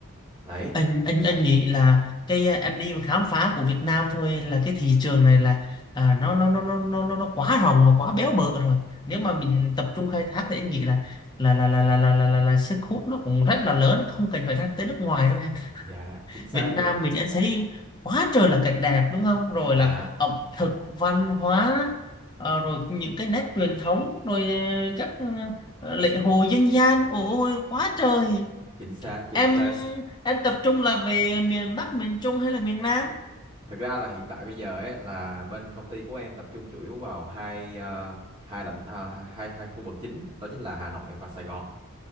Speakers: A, on the right; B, on the left.
A: đấy
B: anh anh anh nghĩ là cái à, em đi mà khám phá của Việt Nam thôi là cái thị trường này là à, nó nó nó nó nó nó nó quá rộng và quá béo bở rồi nếu
A: Ừ.
B: mà mình tập trung khai thác thì anh nghĩ là là là là là là là, là, là sức hút nó cũng rất là lớn không cần phải ra tới nước ngoài đâu em
A: dạ chính xác
B: Việt Nam
A: luôn
B: mình anh thấy quá trời là cảnh đẹp đúng không rồi
A: dạ
B: là ẩm thực văn hóa ờ, rồi những cái nét truyền thống rồi ờ, các ờ, lễ hội dân gian ôi ôi, quá trời
A: chính xác chính
B: em
A: xác
B: em tập trung là về miền Bắc miền Trung hay là miền Nam
A: Thực ra là hiện tại bây giờ ấy là bên công ty của em tập trung chủ yếu vào hai ờ, hai lãnh ờ, hai hai khu vực chính đó chính là Hà Nội và Sài Gòn.